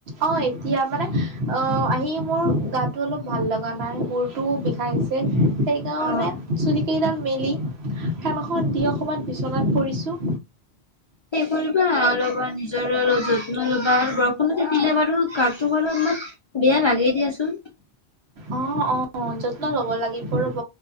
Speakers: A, on the right (about 75°); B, on the left (about 50°).
A: অঁ এতিয়া মানে আঁহ, আহি মোৰ গাত টো অলপ ভাল লগা নাই মূৰতো বিষাইছে। সেইকাৰণে
B: অ অ
A: চুলি কেইডাল মেলি <unintelligible> ফেনখন, দি অকণমান বিচনাত পৰিছো
B: সেই কৰিবা অলপমানে অঁ যত্ন ল'বা আৰু বৰষুণত তিতিলে বাৰু গাটো অকনমান বেয়া লাগেই দিয়াচোন
A: অঁ, অঁ যত্ন ল'ব লাগিব ৰ'ব